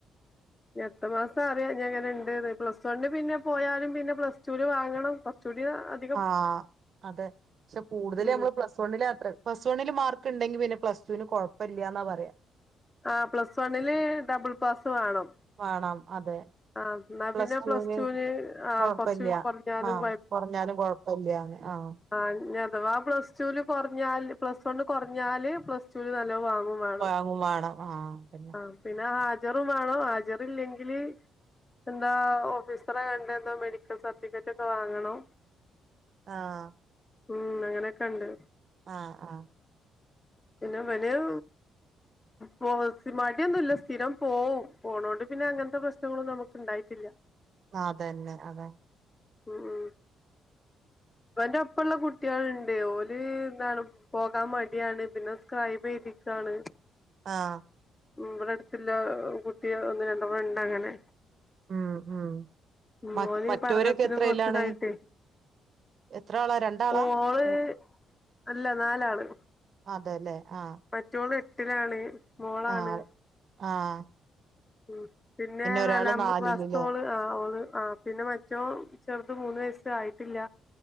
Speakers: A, on the left (about 20°); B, on the right (about 55°).
A: അടുത്ത മാസം അറിയാ ഇഞ്ഞ് എങ്ങനെ ഇണ്ട്ന്ന് പ്ലസ് വണിന്പിന്നെ പോയാലും പിന്നെ പ്ലസ് ടുല് വാങ്ങണം കൊറച്ചൂടി വാങ്ങണം കൊറച്ചൂടി അ
B: ആഹ് അതെ പക്ഷെ കൂടുതല്
A: ഉം
B: നമ്മള് പ്ലസ് സ് വണ്ണിലാത്രേ പ്ലസ് വണില് മാർക്ക് ഇണ്ടെങ്കി പിന്നെ പ്ലസ് ടുവിന് കൊഴപ്പല്ല്യാന്നാ പറയാ
A: ആ പ്ലസ് വണ്ണില് ഡബിൾ പാസ് വേണം
B: വേണം അതെ
A: ആ എന്നാ
B: പ്ലസ്
A: പിന്നെ
B: ടുന്
A: ടുവിന് ആ
B: കൊഴപ്പില്ല
A: കൊറച്ച് കുറഞ്ഞാലും
B: ആഹ് കുറഞ്ഞാലും കൊഴ പ്പല്ല്യ ആഹ്
A: ആ ഞ് അഥവാ പ്ലസ് ടുല് കുറഞ്ഞാല് പ്ലസ് വണ് കുറഞ്ഞാല് പ്ലസ് ടൂല് നല്ലോം വാങ്ങും വാണം
B: വാങ്ങും വേണം ആഹ് അതന്നെ
A: ആഹ് പിന്നെ ഹാജറും വേണം ഹാജറ് ഇല്ലെങ്കില് എന്താ ഓഫീസറെ കണ്ട് എന്താ മെഡിക്കൽ സർട്ടിഫിക്കറ്റ് ഒക്കെ വാങ്ങണം
B: ആഹ്
A: ഉം അങ്ങനൊക്കെ ഇണ്ട്
B: ആഹ് ആഹ്
A: പിന്ന മനേം പോ സി മാടിയൊന്നുല്ല സ്ഥിരം പോവും പോണോണ്ട് പിന്നെ അങ്ങനത്തെ പ്രശ്നങ്ങളും നമുക്ക് ഇണ്ടായിട്ടില്ല <inaudible>
B: ആ അതന്നെ അതെ
A: ഉം ഇവന്റെ ഒപ്പള്ള കുട്ടികളുണ്ട് ഓല് എന്താണ് പോകാൻ മടിയാണ് പിന്നെ സ്ക്രൈബ് എഴുതിക്കാണ്
B: ആഹ്
A: ഇവിടെ അടുത്തില്ല കുട്ട്യ ഒന്ന് രണ്ടണ്ണണ്ട് അങ്ങനെ.
B: ഉം ഉം മ
A: മോന്
B: മറ്റോരൊക്കെ
A: ഈ പഠനത്തിന്
B: എത്രയിലാണ്
A: കൊറച്ച്തായിട്ടെ.
B: എത്ര ആളാ രണ്ടാളാ
A: ഓള്
B: മു
A: അല്ല നാലാണ്.
B: അതെലെ ആ
A: മറ്റോള് എട്ടിലാണ്. മോളാണ്.
B: ആഹ് ആഹ്
A: ഉം. പിന്നെ
B: ഒരാള്
A: നല്ല
B: നാലില്ല്ലേ
A: വാസ്തോള്. ആ ഓള്. ആ പിന്നെ മറ്റോ ചെറുത് മൂന്ന് വയസ് ആയിട്ടില്ല.